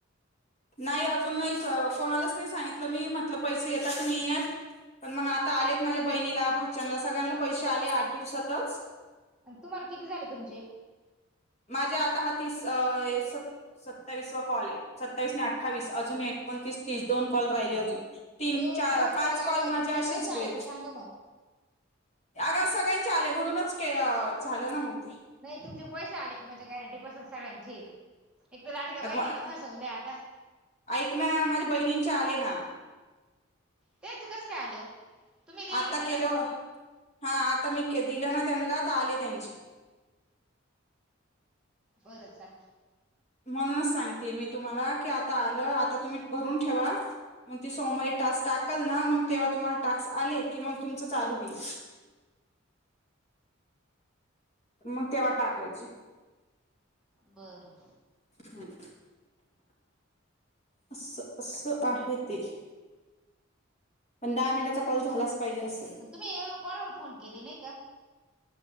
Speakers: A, on the left; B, in the centre.
A: नाही अजून नाही कोणालाच नाही सांगितलं. मी म्हटलं पैसे येता की नाही येत पण मग आता आलेत माझ्या बहिणीला भाच्यानला सगळ्यांना पैसे आले आठ दिवसातच.
B: तुम्हाला किती झाले तुमचे?
A: माझे आता हा तीस अ सत्तावीसवा कॉल आहे. सत्तावीस नाही अठ्ठावीस. अजून एक एकोणतीस, तीस दोन कॉल राहिले अजून. तीन,
B: दोन
A: चार,
B: दोन
A: पाच
B: आल्यावर
A: कॉल माझे
B: तुमचे
A: असेच
B: पैसे
A: बे
B: आले तर सांगा मग
A: अग सग गळ्यांचे आले म्हणूनच झालं ना मग ते
B: नाही तुमचे पैसे आले का माझ्या गॅरंटीपासून सगळ्यांचे येईल. एक तर लाडक्या बहिणींनी
A: अग मग
B: फसवलंय आता
A: ऐक ना माझ्या बहिणींचे आले ना.
B: त्यांचं कसं काय आलं ओ? तुम्ही दिल
A: आता
B: का त्यांना
A: केलं हा आता मी दिलं ना त्यांना तर आले त्यांचे.
B: बरंच झालं.
A: म्हणूनच सांगते मी तुम्हाला, की आता आलं आता तुम्ही भरून ठेवा. मग ती सोमवारी टास्क टाकलं ना, मग तेव्हा तुम्हाला टाक्स आले की मग तुमच चालू होईल. मग तेव्हा टाकायचे.
B: बरं.
A: हम्म. अस असं आहे ते. पण दहा मिनिटाचा कॉल झालाच पाहिजे असं.
B: तुम्ही एवढं कोणाला फोन केले नाही का